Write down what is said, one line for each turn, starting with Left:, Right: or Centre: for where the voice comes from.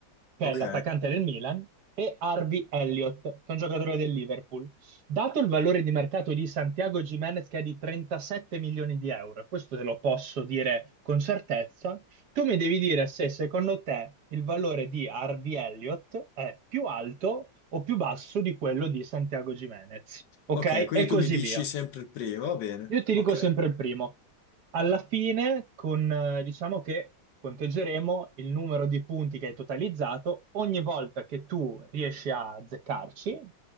Right: che
Left: ok,
Right: è l'attaccante del Milan, e Harvey Elliott, che è un giocatore del Liverpool. Dato il valore di mercato di Santiago Jimenez, che è di 37 milioni di euro, questo te lo posso dire con certezza, tu mi devi dire se secondo te il valore di Harvey Elliott è più alto o più basso di quello di Santiago Jimenez. Ok?
Left: ok, quindi
Right: E
Left: tu
Right: così
Left: mi dici
Right: via.
Left: sempre il primo, va bene,
Right: Io ti
Left: ok,
Right: dico sempre il primo. Alla fine, con, eh, diciamo che conteggeremo il numero di punti che hai totalizzato. Ogni volta che tu riesci a azzeccarci,